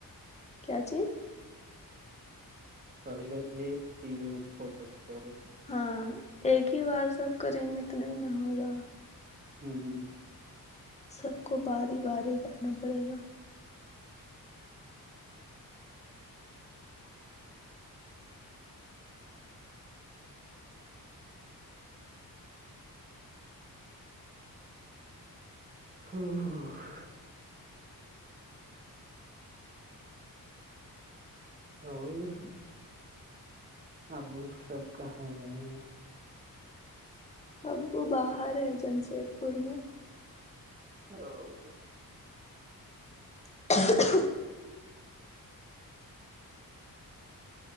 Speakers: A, on the left; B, on the right.
A: کیا چیز
B: پہلے ایک چیز میں فوکس کرے
A: ہاں ایک ہی بار سب کریں گے اتنا ہی نہ ہوگا
B: ہوں ہ
A: سب کو باری باری کرنا پڑے گا
B: ہوں ہ اور ابو سب کہاں گئے
A: ابو باہر ہے جمشید پور میں
B: او
A: <unintelligible>